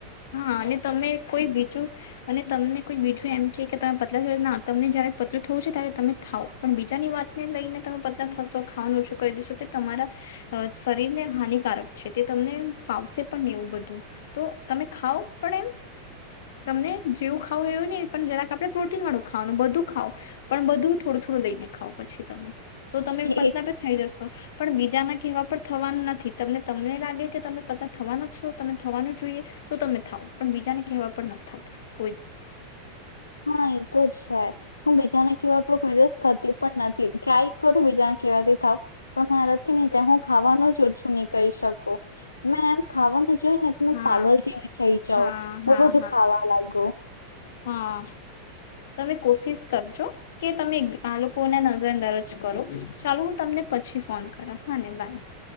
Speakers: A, on the left (about 55°); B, on the left (about 75°).
A: હા અને તમે કોઈ બીજું અને તમને કોઈ બીજું એમ છે કે તમે પતલા થયો તમને જયારે પતલું થવું છે ત્યારે તમે થાવો પણ બીજાની વાતને લઈને તમે પતલા થશો ખાવાનું ઓછું કરી દશો તે તમારા શરીરને હાનિકારક છે તે તમને ફાવશે પણ ને એવું બધું તો તમે ખાવો પણ એમ તમને જેવું ખાવો એવું નહી પણ જરાક આપડે પ્રોટીન વાળું ખાવાનું બધું ખાવ પણ બધું થોડું થોડું લઈ ને ખાવ પછી તમે. તો તમે
B: એજ
A: પતલા પણ થઈ જશો. પણ બીજાના કહેવા પર થવાનું નથી તમને તમને લાગે કે તમે પતલા થવાના છો તમે થવાનું જોઈએ તો તમે થાવ પણ બીજાને કહેવા પણ નથી થતો.
B: હા એતો છે જ. હું બીજાના કેવા પર કોઈ દિવસ થતી પણ નથી ટ્રાય કરું બીજાના કેવા થી થાવ પણ મારાથી ની થાય હું ખાવાનું જ ઓછું નહી કરી શકું. મેં એમ ખાવાનું જોય ને તો મે
A: હા
B: પાગલ જેવી થઇ જાઉં
A: હા
B: બો
A: હા
B: બધું
A: હા
B: ખાવા લાગુ.
A: હા તમે કોશિશ કરજો કે તમે આ લોકોને નજર અંદાર જ કરો ચાલો હું તમને પછી ફોન કરા હા ને બાય.